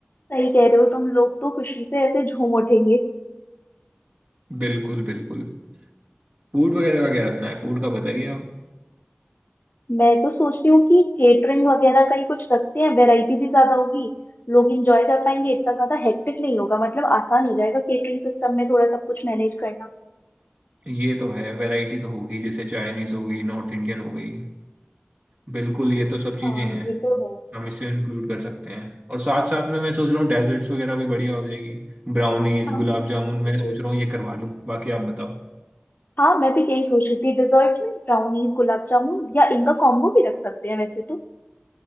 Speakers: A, on the left; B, on the right.
A: सही कह रहे हो तुम लोग तो खुशी से ऐसे झूम उठेंगे
B: बिल्कुल बिल्कुल फूड वगैरह का क्या रखना है फूड का बताइए आप
A: मैं तो सोच रही हूँ कि केटरिंग वगैरह का ही कुछ रखते हैं वैरायटी भी ज्यादा होगी लोग इंजॉय कर पाएंगे इतना ज्यादा हेक्टिक नहीं होगा मतलब आसान हो जाएगा केटरिंग सिस्टम में थोड़ा सब कुछ मैनेज करना
B: ये तो है वैरायटी तो होगी जैसे चाइनीज हो गई नॉर्थ इंडियन हो गई बिल्कुल ये तो सब चीजें
A: हाँ
B: हैं
A: ये तो है
B: हम इसे इंक्लूड कर सकते हैं और साथ साथ में मैं सोच रहा हूँ डेजर्ट्स वगैरह भी बढ़िया हो जाएगी ब्राउनीज
A: हाँ
B: गुलाब जामुन
A: बिल्कुल
B: मैं सोच रहा हूँ ये करवा लूँ बाकी आप बताओ
A: हाँ मैं भी यही सोच रही थी डिजर्ट्स में ब्राउनीज गुलाब जामुन या इनका कॉम्बो भी रख सकते हैं वैसे तो